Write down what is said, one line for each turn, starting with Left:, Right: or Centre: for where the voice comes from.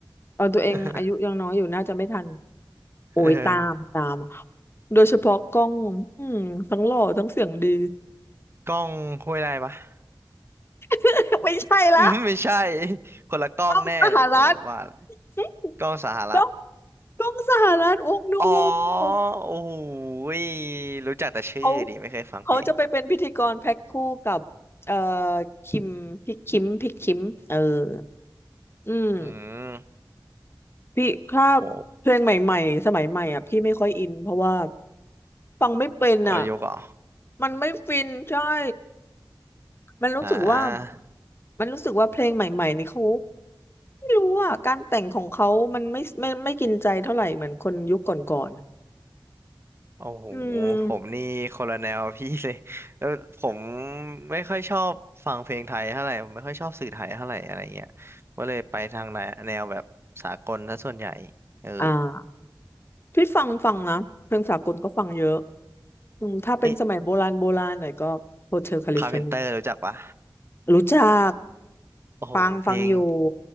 Left: เออตัวเองอายุยังน้อยอยู่น่าจะไม่ทัน
Right: <laughs>
Left: โอ้ยตามตาม
Right: เออ
Left: โดยเฉพาะกล้องอืมทั้งหล่อทั้งเสียงดี
Right: กล้องห้วยไร่ปะ <laughs>
Left: <laughs> ไม่ใช่ละ
Right: อืมไม่ใช่คนละกล้องแน่เลยเออว่าละ
Left: กล้องสหรัฐ <laughs>
Right: กล้องสหรัฐ
Left: กล้องกล้องสหรัฐวงนูวู
Right: อ๋อโอ้โหยรู้จักแต่ชื่อดิไม่เคยฟังเพลง
Left: เขาเขาจะไปเป็นพิธีกรแพ็คคู่กับเอ่อคิมพี่คิมพี่คิมเออ อืม
Right: อืม
Left: พี่ถ้า
Right: โห
Left: เพลงใหม่ๆสมัยใหม่อ่ะพี่ไม่ค่อยอินเพราะว่าฟังไม่เป็นอ่ะ
Right: กลยุทธ์เหรอ
Left: มันไม่ฟินใช่ มันรู้สึกว่า
Right: อ่า
Left: มันรู้สึกว่าเพลงใหม่ๆนี่เขาไม่รู้อ่ะการแต่งของเขา มันไม่ไม่ไม่ไม่กินใจเท่าไหร่เหมือนคนยุคก่อน
Right: โอ้โห
Left: ๆอืม
Right: ผมนี่คนละแนวพี่เลย <laughs> แล้วผมไม่ค่อยชอบฟังเพลงไทยเท่าไหร่ผมไม่ค่อยชอบสื่อไทยเท่าไหร่อะไรเงี้ยก็เลยไปทางแนวแนวแบบสากลซะส่วนใหญ่ เออ
Left: อ่าพี่ฟังฟังนะเพลงสากลก็ฟังเยอะอืมถ้าเป็นสมัยโบราณโบราณหน่อยก็โฮเทลแคลิฟอร์เนีย
Right: เอ๊ะคาร์เพนเตอร์รู้จักปะ
Left: รู้จัก
Right: โอ้โหเพลง
Left: ฟังฟังอยู่